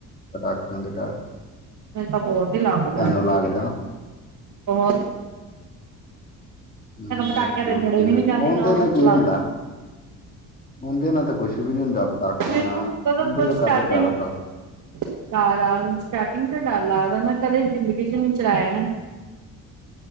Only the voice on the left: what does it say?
ਪਟਾਕਿਆਂ ਤੋਂ ਡਰ
ਤੁਹਾਨੂੰ ਲੱਗਦਾ
ਹਮ
ਓਕੇ
ਓਕੇ
ਓਦੇ
ਨਾਲ ਕੀ
ਹੁੰਦਾ ਉਹਦੇ ਨਾਲ ਤਾਂ ਕੁਛ ਵੀ ਨੀ ਹੁੰਦਾ ਪਟਾਕਿਆਂ
ਨਾਲ
ਉਹਦੇ ਤੋਂ
ਕਾ ਤੋਂ ਡਰ